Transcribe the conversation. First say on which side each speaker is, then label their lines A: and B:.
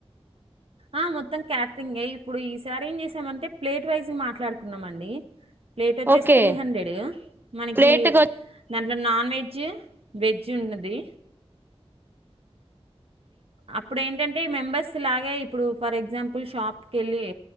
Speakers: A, on the right (about 60°); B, on the right (about 20°).
A: ఆ! మొత్తం క్యాటరింగే ఇప్పుడు ఈ సారి ఏం చేసామంటే ప్లేట్ వైజ్ గా మాట్లాడుకున్నామండీ ప్లేట్ వచ్చేసి
B: ఓకే
A: త్రీ హండ్రెడ్ మనకీ
B: ప్లేట్ కి
A: దాంట్లో నాన్ వెజ్జు వెజ్జు ఉన్నది అప్పుడ ఏంటంటే మెంబెర్స్ లాగే ఇప్పుడు ఫర్ ఎగ్జాంపుల్ షాప్ కెళ్ళీ